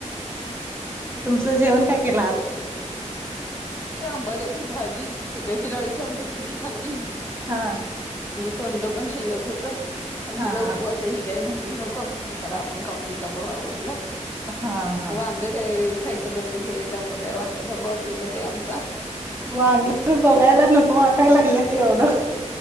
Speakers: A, on the right; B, on the left.
A: तुमचं जेवण काय केलं आज
B: आंबाड्याची भाजी सकाळीची डाळीची आमटी होती ती खाल्ली
A: हा
B: तोंडल पण शिल्लक होत
A: हा
B: हिचा
A: हा
B: उपवास ही काय म्हण टली नको मग चला आपण खाऊन रिकाम व्हावं म्हटल
A: हा हा
B: ते वांग काय खायचं बंद केलंय त्यामुळे वांग्याचा प्रॉब्लेमच आहे आमचा
A: वांगी <unintelligible> बघायला नको वाटाय लागल्यात एवढं